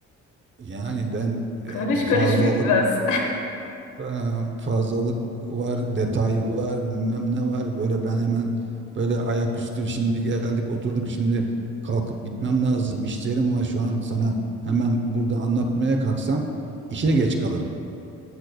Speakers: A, on the right; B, on the left.
A: yani ben e,
B: Konuş konuş
A: fazlalık
B: bitmez.
A: e, fazlalık var, detay var, bilmem ne var. Böyle ben hemen böyle ayaküstü şimdi geldik oturduk şimdi kalkıp gitmem lazım. İşlerim var şu an sana hemen burada anlatmaya kalksam işe geç kalırım.